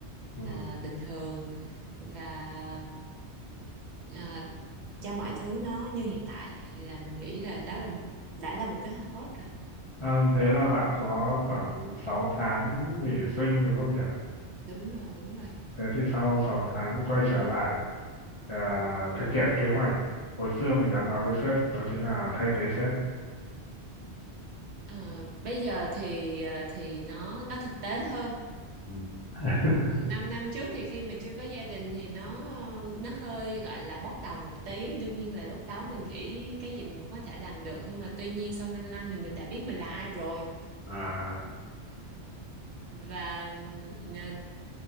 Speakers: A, on the left (about 30°); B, on the right (about 45°).
A: Ừ.
B: à, bình thường và à, cho mọi thứ nó như hiện tại là mình nghĩ là đó là một- đã là một kế hoạch tốt rồi
A: Ờ, thế là bạn có khoảng 6 tháng nghỉ sinh đúng không nhỉ?
B: đúng rồi đúng rồi
A: Thế thì sau 6 tháng quay trở lại à, thực hiện kế hoạch hồi xưa mình đã nói với sếp, đó chính là thay thế sếp.
B: Ờ, bây giờ thì ờ, thì nó nó thực tế hơn
A: Ừ. <laughs>
B: 5 năm trước thì khi mà chưa có gia đình thì nó nó hơi gọi là bốc đồng một tí đương nhiên là lúc đó mình nghĩ cái gì mình cũng có thể làm được nhưng mà tuy nhiên sau 5 năm thì mình đã biết mình là ai rồi
A: À,
B: và ờ,